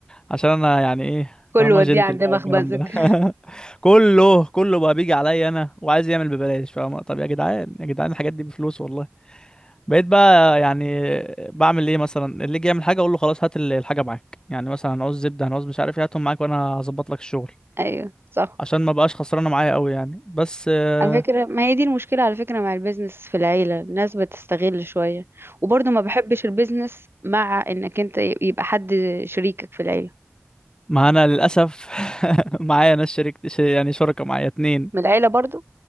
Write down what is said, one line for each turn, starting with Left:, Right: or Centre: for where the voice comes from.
Left: عشان انا يعني ايه
Right: كله
Left: فاهمها
Right: وديه
Left: جنتل
Right: عند
Left: بقى
Right: مخبزك
Left: والكلام ده <laughs>
Right: <laughs>
Left: كله كله بقى بيجي عليا انا وعايز يعمل ببلاش فاهم طب يا جدعان يا جدعان الحاجات دي بفلوس والله بقيت بقى يعني بعمل ايه مثلا اللي يجي يعمل حاجه اقول له خلاص هات ال- الحاجه معاك يعني مثلا هنعوز زبده هنعوز مش عارف ايه هاتهم معاك وانا هظبط لك الشغل
Right: ايوه صح
Left: عشان ما بقاش خسرانه معايا قوي يعني بس آه،
Right: على فكرة ما هي دي المشكلة على فكرة مع البيزنس في العيلة الناس بتستغل شوية وبرضه ما بحبش البيزنس مع انك انت يبقى حد شريكك في العيلة
Left: ما انا للاسف <laughs> معايا ناس شريك ش- يعني شركه معايا اتنين
Right: من العيلة برضه